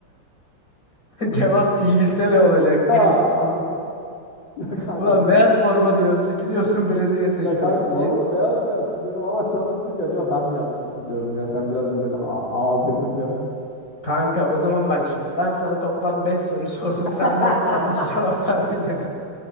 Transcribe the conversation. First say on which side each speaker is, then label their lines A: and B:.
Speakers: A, on the left; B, on the left.
A: Cevap İngiltere olacaktı.
B: Ya Allah. Ya kanka
A: Ulan
B: böyle
A: beyaz
B: bir
A: forma diyorsun, gidiyorsun Brezilya seçiyorsun.
B: ya kanka formanı
A: Ye-
B: beyaz diye hatırlıyorum ama sonra dedim ki acaba ben mi yanlış hatırlıyorum ya sen biraz da böyle a- ağız yapınca.
A: Kanka o zaman bak şimdi ben sana toplam 5 soru <laughs> sordum. Sen
B: <laughs>
A: 4 yanlış cevap <laughs> verdin ya.